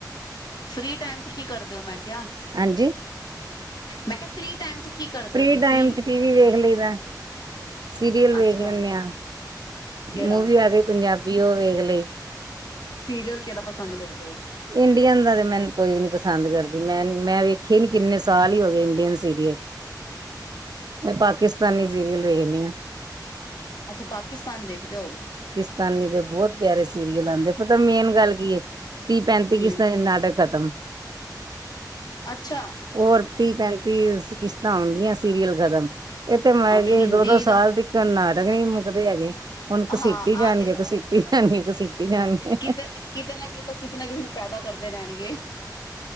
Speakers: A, on the left (about 65°); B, on the right (about 65°).
A: ਫ੍ਰੀ ਟਾਈਮ ਚ ਕੀ ਕਰਦੇਂ ਹੋ ਮੈਂ ਕਿਆ?
B: ਹਾਂਜੀ।
A: ਮੈਂ ਕਿਹਾਂ ਫ੍ਰਰੀ ਟੈਮ ਚ। ਕੀ ਕਰਦੇ
B: ਫ੍ਰੀ
A: ਹੋ ਤੁਸੀਂ
B: ਟਾਇਮ ਚ ਟੀਵੀ ਵੇਖ ਲਈਦਾ। ਸੀਰੀਅਲ ਵੇਖ
A: ਅੱਛਾ
B: ਲੈਂਨੇ ਆ।
A: ਕਿਹੜਾ
B: ਮੂਵੀ ਆ ਗਈਂ ਪੰਜਾਬੀ ਓ ਵੇਖ ਲਈ।
A: ਸੀਰੀਅਲ ਕੇੜਾ ਪਸੰਦ ਕਰਦੇਂ ਓ।
B: ਇੰਡੀਅਨ ਦਾ ਤੇ ਮੈਂਨੂੰ ਕੋਈ ਵੀ ਨੀਂ ਪਸੰਦ ਕਰਦੀ। ਮੈਂ, ਮੈਂ ਵੇਖੇ ਹੀ ਨੀਂ ਕਿੰਨੇਂ ਸਾਲ ਹੀ ਹੋਗੇ ਇੰਡੀਅਨ ਸੀਰੀਅਲ।
A: <unintelligible>
B: ਮੈ ਪਾਕਿਸਤਾਨੀ ਸੀਰੀਅਲ ਵੇਖਦੀ ਆਂ।
A: ਅੱਛਾ, ਪਾਕਿਸਤਾਨ ਦੇਖਦੇ ਓ।
B: ਤਾਨੀ ਦੇ ਬੋਤ ਪਿਆਰੇ ਸੀਰੀਅਲ ਆਂਦੇ। ਪਤਾਂ ਮੇਨ ਗੱਲ਼ ਕੀ ਏਂ। ਤੀਹ ਪੈਂਤੀ
A: ਹਮ
B: ਕਿਸ਼ਤਾਂ ਚ ਨਾਟਕ ਖ਼ਤਮ।
A: ਅੱਛਾ।
B: ਹੋਰ ਤੀਹ ਪੈਂਤੀ ਕਿਸ਼ਤਾਂ ਹੋਗੀਆਂ ਸੀਰੀਅਲ ਖ਼ਤਮ। ਏਤੇ ਮੈ
A: ਹਾਂ ਤੇ
B: ਕੈਂਦੀ
A: ਹਿੰਦੀ
B: ਦੋ-ਦੋ
A: ਦਾ
B: ਸਾਲ ਤਿਕਰ ਨਾਟਕ ਨ੍ਹੀਂ ਮੁੱਕਦੇ ਹੈਗੇ। ਓਨੂੰ ਕਸੀਟੀ
A: ਹਾਂ
B: ਜਾਂਣਗੇ,
A: ਆਹ ਤੇ ਹੈ
B: ਕਸੀਟੀ ਜਾਂਣਗੇ, ਕਸੀਟੀ ਜਾਂਣਗੇ।
A: ਕਿਤੇ ਕਿਤੇ ਨਾ ਕਿਤੋਂ ਕਿਸ਼ੇ ਨਾ ਕਿਸ਼ੇ ਨੂੰ ਪੈਂਦਾਂ ਕਰਦੇਂ ਰੈਣਗੇ।